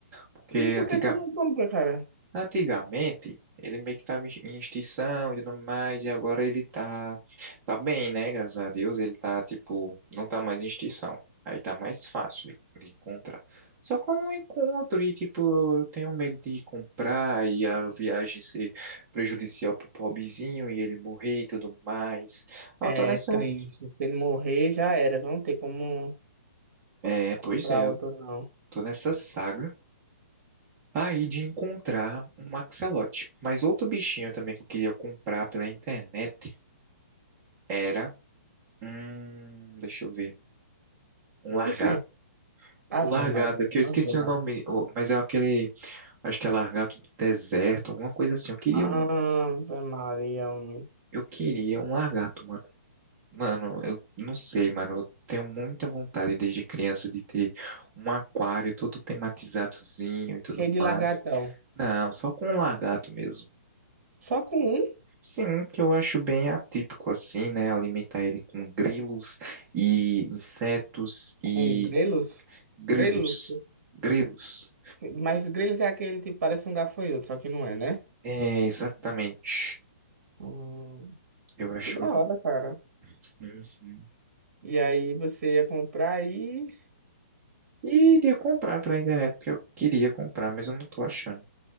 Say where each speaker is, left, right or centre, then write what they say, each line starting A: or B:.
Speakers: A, on the right; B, on the right.
A: Porque
B: E por
A: antiga-
B: que tu não compra, cara?
A: Antigamente, ele meio que estava em extinção e tudo mais, e agora ele tá, tá bem, né? Graças a Deus, ele tá, tipo, não tá mais em extinção. Aí tá mais fácil de, de encontrar. Só que eu não encontro e, tipo, eu tenho medo de comprar e a viagem ser prejudicial pro pobrezinho e ele morrer e tudo mais. Ah,
B: É
A: Eu tô nessa...
B: triste, se ele morrer já era, não tem como
A: É, pois
B: comprar
A: é,
B: outro
A: eu
B: não.
A: tô nessa saga aí de encontrar um axolote. Mas outro bichinho também que eu queria comprar pela internet Era um. Deixa eu ver. Um largato.
B: Oxê,
A: O
B: Ave
A: largato,
B: Maria,
A: é que eu esqueci
B: Ave
A: o
B: Maria.
A: nome, o- mas é aquele. Acho que é largato do deserto, alguma coisa assim. Eu queria
B: Ave
A: um.
B: Maria, homem.
A: Eu queria um largato, mano. Mano, eu não sei, mano. Eu tenho muita vontade desde criança de ter um aquário todo tematizadozinho e tudo
B: Cheio
A: mais.
B: de largatão.
A: Não, só com um lagarto mesmo.
B: Só com um?
A: Sim, que eu acho bem atípico assim, né? Alimentar ele com grilos e insetos e
B: Com grelos?
A: Grilos.
B: Grelos?
A: Grilos.
B: Mas Grylls é aquele tipo, parece um gafanhoto, só que não é, né?
A: É, exatamente.
B: Hum,
A: Eu acho.
B: que da hora, cara.
A: Sim, sim.
B: E aí você ia comprar e
A: E iria comprar pela internet, porque eu queria comprar, mas eu não tô achando.